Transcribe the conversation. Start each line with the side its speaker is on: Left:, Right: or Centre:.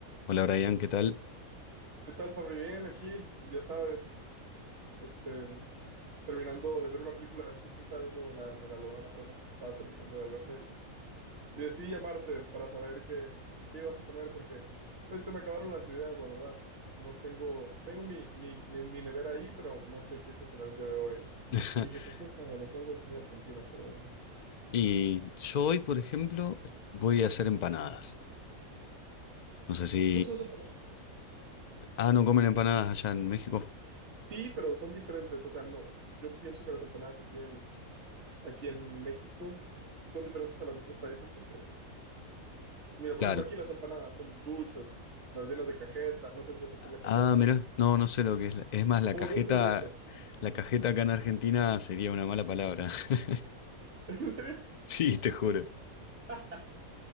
Left: Hola Brian, ¿qué tal?
Right: ¿Qué tal, Fabri? Bien, aquí, ya sabes, este, terminando de ver una película, justo estaba viendo la de Megalodón apenas, estaba terminando de verla y, y decidí llamarte para saber qué, qué ibas a comer porque, pues, se me acabaron las ideas, la verdad. No tengo, tengo mi, mi, ne- mi nevera ahí, pero no sé qué cocinar el día de hoy.
Left: <laughs>
Right: Dije, pues, quién sabe, a lo mejor algo de comida argentina estaría bien.
Left: Y yo hoy, por ejemplo, voy a hacer empanadas. No sé
Right: ¿Y
Left: si...
Right: cómo son las empanadas?
Left: Ah, ¿no comen empanadas allá en México?
Right: Sí, pero son diferentes, o sea, no, yo pienso que las empanadas aquí en, aquí en México son diferentes a las de otros países porque Mira, por
Left: Claro.
Right: ejemplo, aquí las empanadas son dulces, las llenas de cajeta, no sé si sepas qué es la
Left: Ah,
Right: cajeta,
Left: mira, no, no sé lo que es. la- Es más, la
Right: como
Left: cajeta,
Right: dulce de leche.
Left: la cajeta acá en Argentina sería una mala palabra. <laughs>
Right: <laughs> ¿En serio?
Left: Sí, te juro.
Right: Ah,